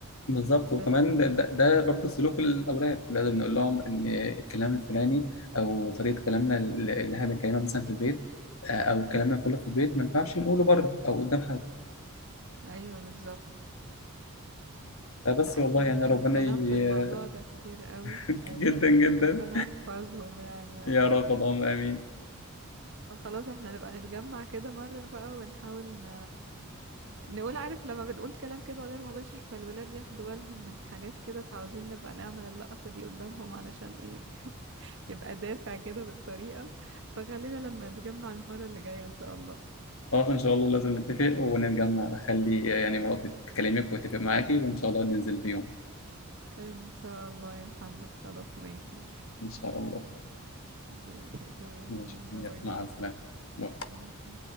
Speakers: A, on the left; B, on the right.
A: بالظبط وكمان
B: بس
A: ده,
B: آه،
A: ده, ده برضه سلوك الاولاد لازم نقول لهم ان الكلام الفلاني او طريقه كلامنا اللي اللي احنا بنتكلمها مثلا في البيت آه، او كلامنا كله في البيت ما ينفعش نقوله بره او قدام حد
B: ايوه بالظبط
A: آه، بس
B: لا احنا
A: والله
B: ال-
A: يعني
B: الكلام
A: ربنا ي...
B: في الموضوع ده كتير قوي
A: <laughs>
B: ايوه
A: جدا جدا
B: ربنا يحفظهم يعني يا
A: يا
B: رب
A: رب اللهم امين
B: فخلاص احنا نبقى نتجمع كده مرة بقى ونحاول ن... نقول عارف لما بنقول كلام كده غير مباشر فالولاد ياخدوا بالهم من حاجات كده فعاوزين نبقى نعمل اللقطة دي قدامهم علشان ايه <laughs> يبقى دافع كده بالطريقة فخلينا لما نتجمع المرة اللي جاية ان شاء الله
A: خلاص ان شاء الله لازم نتفق ونتجمع اخلي يعني مراتي تكلمك وتتفق معاكي وان شاء الله ننزل في يوم
B: ان شاء الله يا محمد خلاص ماشي
A: ان شاء الله
B: ماشي تمام
A: ماشي
B: يلا
A: يلا،
B: باي
A: مع السلامه باي.
B: باي